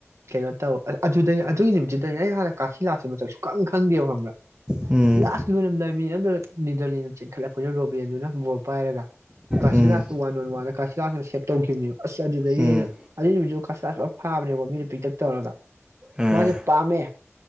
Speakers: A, on the right; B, on the right.
A: ꯀꯩꯅꯣ ꯇꯧ ꯑꯗꯨꯗꯩ ꯑꯗꯨꯒꯤ ꯅꯨꯃꯤꯠꯇꯨꯗꯩꯅ ꯑꯩ ꯍꯥꯟꯅ ꯀꯁꯤꯂ ꯃ ꯀꯪ ꯈꯪꯗꯦꯕ ꯈꯪꯕ꯭ꯔꯥ
B: ꯎꯝ
A: ꯂꯥꯁ ꯂꯣꯏꯔꯝꯗꯥꯏ ꯃꯤ ꯑꯝꯇ ꯅꯤꯡꯖꯅꯤꯖ ꯆꯤꯡꯈ ꯂꯛꯄꯅ ꯔꯣ ꯌꯦꯅꯤꯅ ꯕꯣꯜ ꯄꯥꯏꯔꯒ ꯀꯥꯁꯤꯂꯥꯁ
B: ꯎꯝ
A: ꯋꯥꯟ ꯋꯥꯟ ꯋꯥ ꯀꯁꯤ ꯆꯥꯁꯤꯅ ꯁꯦꯞ ꯇꯧꯈꯤꯕꯅꯤ ꯑꯁ ꯑꯗꯨꯗꯒꯤꯩꯅ
B: ꯎꯝ
A: ꯑꯗꯨꯕꯤꯣ ꯀꯁ ꯄꯨꯔ ꯐꯥꯕꯅꯦꯕ ꯃꯤꯗ ꯄꯤꯛꯇꯛ ꯇꯧꯔꯒ
B: ꯑꯥ
A: ꯃꯥꯣꯏꯁ ꯄꯝꯃꯦ